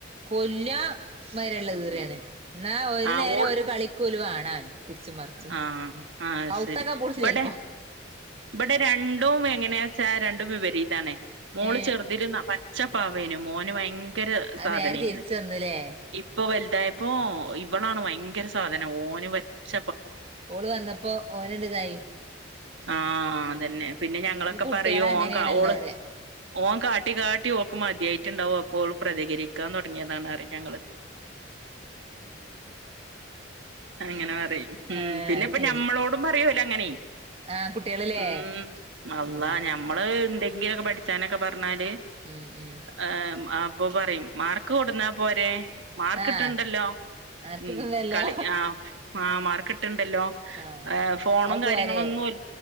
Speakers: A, on the right; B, on the right.
A: കൊല്ല വരെയുള്ള ഈറയാണ് എന്നാ ഒരു
B: ആ
A: നേരം
B: ഓൾ
A: ഒരു കളിക്കോല് വാണാനും തിരിച്ചു മറിച്ചും
B: ആഹ് ആഹ്
A: കൗതെക്കെ
B: ശരി
A: പിടിച്ചും
B: ഇബടെ
A: ചിലപ്പോ
B: ഇബടെ രണ്ടും എങ്ങനെയാച്ചാ രണ്ടും വിവരിതാണ് മോള്
A: ഏ
B: ചെറുതിൽ പച്ചപ്പാവേനു മോന് ഭയര ഭയങ്കര
A: അത്
B: സാധനായിരുന്നു
A: നേരെ തിരിച്ച് വന്നുല്ലേ
B: ഇപ്പൊ വല ഇതായപ്പോ ഇവളാണ് ഭയങ്കര സാധനം ഓന് വച്ച
A: ഓള് വന്നപ്പോ ഓന് ണ്ട്തായി
B: ആ അതന്നെ പിന്നെ ഞങ്ങളൊക്കെ
A: ഈ കുട്ടികളെ
B: പറയുംഓൻ
A: അങ്ങനെയാണല്ലോ
B: ഓള്
A: പറയാ
B: ഓൻ കാട്ടി കാട്ടി മതിയായിട്ടുണ്ടാവും, അപ്പോ ഓള് പ്രതികരിക്കാൻ തുടങ്ങിയതാണ് പറിം ഞങ്ങള് അങ്ങനെ പറയും ഉം
A: ആ
B: പിന്നെ
A: അത്
B: ഇപ്പ
A: ശരി
B: ഞമ്മളോടും പറയും <unintelligible> ഓല് അങ്ങനെ
A: ആ കുട്ടികളില്ലേ
B: മമ് അള്ളാഹ്
A: ഉം
B: നമ്മളീ എന്തെങ്കിലൊക്കെ പഠിച്ചാനൊക്കെ പറഞ്ഞാല്
A: ഉം ഉം
B: ഹ ആ. അപ്പൊ പറയും മാർക്ക് കൊടന്നാ പോരെ മാർക്ക്
A: ആഹ്
B: കിട്ട്ണ്ടല്ലോ?
A: ആർക്കിട്ടണ്ടല്ലോ
B: ഉം കളി ആ ആ മാർക്കിട്ടുണ്ടല്ലോ
A: ആഹ്
B: ആ ഫോണും
A: അത്
B: കാര്യങ്ങളെ
A: പോരെ
B: ഒന്നും